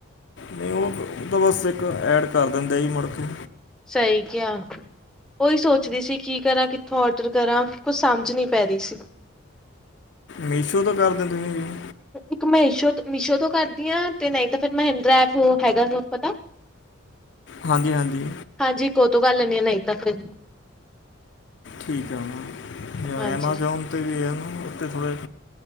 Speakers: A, on the left; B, in the centre.
A: ਨਹੀਂ ਉਹ-ਉਹ ਤਾਂ ਬਸ ਇੱਕ ਐਡ ਕਰ ਦਿੰਦਾ ਜੀ ਮੁੜਕੇ।
B: ਸਹੀ ਕਿਹਾ। ਉਹੀ ਸੋਚਦੀ ਸੀ, ਕੀ ਕਰਾਂ ਕਿੱਥੋਂ ਔਡਰ ਕਰਾਂ ਕੁਛ ਸਮਝ ਨੀ ਪੈ ਰਹੀ ਸੀ।
A: ਮੀਸ਼ੋ ਤੋਂ ਕਰਦੇ ਹੋ ਤੁਸੀਂ
B: ਇੱਕ ਮੀਸ਼ੋ ਤੋਂ ਮੀਸ਼ੋ ਤੋਂ ਕਰਦੀ ਹਾਂ, ਤੇ ਨਹੀਂ ਤਾਂ ਫਿਰ ਮਿੰਤਰਾ ਐਪ ਹੈਗਾ, ਤੁਹਾਨੂੰ ਪਤਾ?
A: ਹਾਂਜੀ, ਹਾਂਜੀ।
B: ਹਾਂਜੀ, ਇੱਕ ਤੋਂ ਕਰ ਲੈਂਣੀ ਆ ਨਹੀਂ ਤਾਂ ਫਿਰ
A: ਠੀਕ ਹੈ ਮੈ ਨਾ ਜਾਂ
B: ਹਾਂਜੀ।
A: ਐਮਾਜੋਨ
B: ਹਾਂਜੀ
A: 'ਤੇ ਵੀ ਹੈ ਨੂੰ ਉਥੇ ਥੋੜ੍ਹੇ